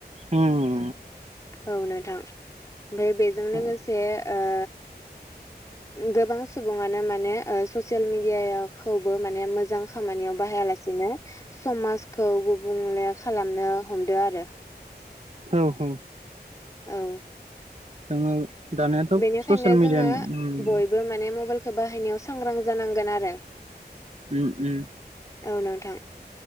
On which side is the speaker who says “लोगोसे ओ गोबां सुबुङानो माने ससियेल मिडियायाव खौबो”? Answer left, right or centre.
Left